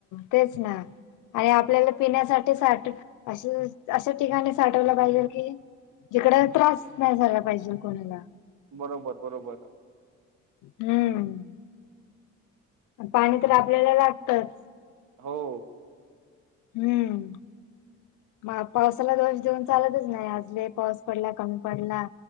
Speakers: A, on the left; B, on the right.
A: तेच ना आणि आपल्याला पिण्यासाठी साठ अशा ठिकाणी साठवल पाहिजे की, जिकड त्रास नाही झाला पाहिजे कोणाला,
B: बरोबर बरोबर,
A: हम्म पाणी तर आपल्याला लागतच.
B: हो.
A: हम्म मा पावसाला दोष देऊन चालतच नाही. आज ले पाऊस पडला कमी पडला.